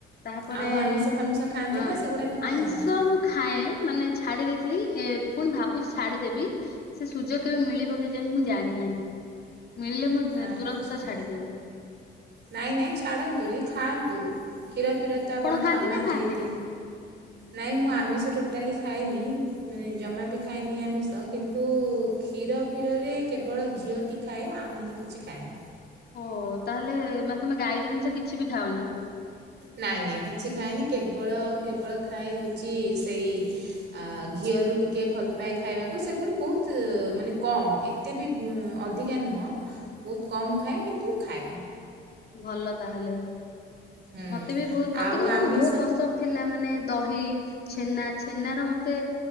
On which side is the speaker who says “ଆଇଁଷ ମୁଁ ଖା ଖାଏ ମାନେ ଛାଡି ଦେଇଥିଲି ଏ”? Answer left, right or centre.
Left